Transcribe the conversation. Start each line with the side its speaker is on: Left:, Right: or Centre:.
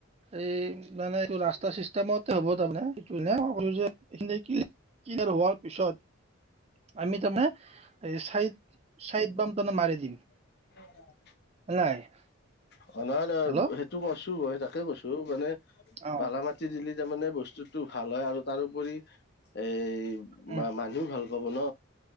Right: এই মানে এইটো ৰাস্তা চিষ্টেমতে হ'ব তাৰমানে সটো সকলো যে হোৱাৰ পিছত আমি তাতে এই চাইড। চাইড বাম তনে মাৰি দিম
Left: অ'
Right: নাই
Left: <unintelligible>
Right: হেল্ল'
Left: তো কৈছো মই তাকে কৈছো মানে
Right: অ
Left: বালা মাটি দিলি তাৰ মানে বস্তুতটো ভাল হয় আৰু তাৰউপৰি এ
Right: উম
Left: মানুহ মানুহ ভাল পা লব ন।